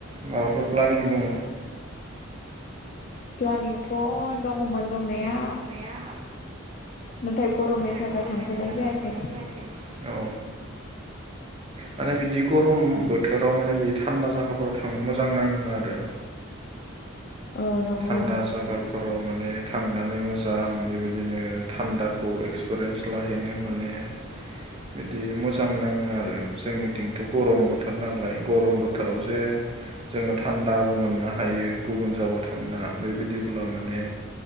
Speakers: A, on the right; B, on the left.
A: माबाफोर प्लानिं दङ?
B: प्लानिंथ' दङमोन दंनाया।
A: नाया
B: नाथाय गरमनि
A: नाथाय
B: थाखाय
A: गरमनि
B: थांथ'नाय
A: थाखाय
B: जायाखै
A: थांथ'नाय जायाखै। औ माने बिदि गरम बोथोराव माने बि थान्दा जायगाफोराव थांनो मोजां नाङो आरो।
B: औ नंगौ
A: थान्दा जागाफोराव माने थांनानै मोजां बेबायदिनो थान्दाखौ एक्सपिरियेन्स फिस लाहैनो माने बिदि मोजां नाङो आरो। जोंनिथिंथ' गरम बोथोर नालाय। गरम बोथोराव जे जोङो थान्दाबो मोननो हायो। गुबुन जागाव ओं ना बेबादिब्ला माने